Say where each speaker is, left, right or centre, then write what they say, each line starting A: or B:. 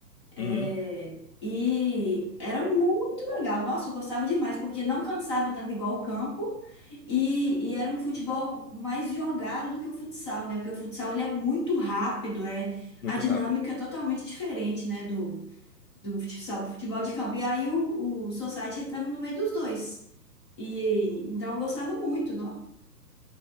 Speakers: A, on the left; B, on the left.
A: É,
B: Uhum,
A: e era muito legal. Nossa, eu gostava demais, porque não cansava tanto igual o campo e, e era um futebol mais jogado do que o futsal, né? Porque o futsal ele é muito rápido, é
B: muito
A: a dinâmica
B: rápido.
A: é totalmente diferente, né, do, do futsal, do futebol de campo. E aí o, o Society ele estava no meio dos dois. E então eu gostava muito, não?